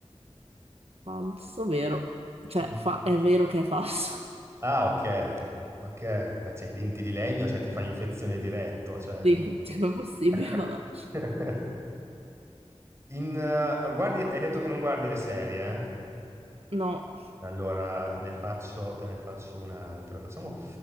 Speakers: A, on the right; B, on the right.
A: Falso, vero? Cioè,
B: Mm.
A: fa- è vero che è falso.
B: Ah, ok. Ok, ma cioè, i denti di legno, cioè ti fa infezione diretto, cioè
A: <laughs> Dimmi,
B: come...
A: come è possibile?
B: <laughs>
A: Vabbè.
B: In, eh, guardi, hai detto che non guardi le serie, eh?
A: No,
B: Allora, ne faccio, te ne faccio un'altra. Facciamo